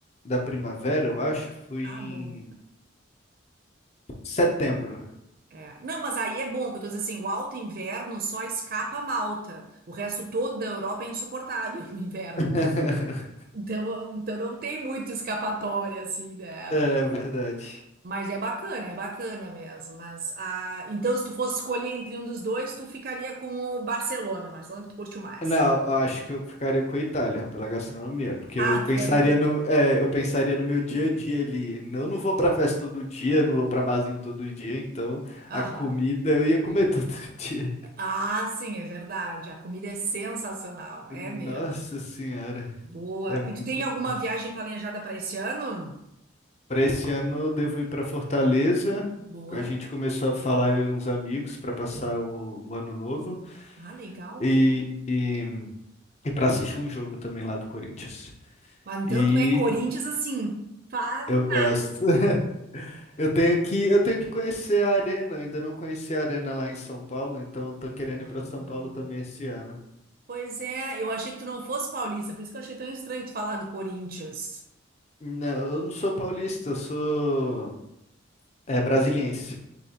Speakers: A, on the left; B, on the right.
A: da primavera, eu acho. Fui
B: Ah,
A: em
B: bom.
A: setembro.
B: É. é. Não, mas aí é bom, que eu tô dizendo assim, o alto inverno só escapa a Malta. O resto todo da Europa é insuportável <laughs> no inverno.
A: <laughs>
B: Então, então não tem muito escapatória assim, né?
A: É, verdade.
B: Mas é bacana, é bacana mesmo. Mas, ah, então, se tu fosse escolher entre um dos dois, tu ficaria com o Barcelona, Barcelona que tu curtiu mais.
A: Não, eu acho que eu ficaria com a Itália pela gastronomia, porque
B: Ah,
A: eu
B: tu
A: pensaria
B: ficaria com a... Tha-
A: no, é, eu pensaria no meu dia a dia ali. Eu não vou pra festa todo dia, não vou pra barzinho todo dia, então
B: Aham.
A: a comida eu ia comer <laughs> todo dia.
B: Ah, sim, é verdade. A comida é sensacional, é
A: Nossa
B: mesmo.
A: senhora,
B: Boa.
A: é muito
B: E tu tem alguma
A: bom.
B: viagem planejada para esse ano?
A: Para esse ano eu devo ir para Fortaleza.
B: Boa.
A: A gente começou a falar eu e uns amigos para passar o, o ano novo
B: Ah, legal,
A: e,
B: pô.
A: e, e para assistir um jogo também lá do Corinthians.
B: Mas então
A: E
B: tu é Corinthians assim, fanático.
A: eu gosto. <laughs> Eu tenho que, eu tenho que conhecer a arena. Eu ainda não conheci a arena lá em São Paulo, então eu tô querendo
B: Ah.
A: ir para São Paulo também esse ano.
B: Pois é, eu achei que tu não fosse paulista, por isso que eu achei tão estranho tu falar do Corinthians.
A: Não, eu não sou paulista, eu sou é brasiliense.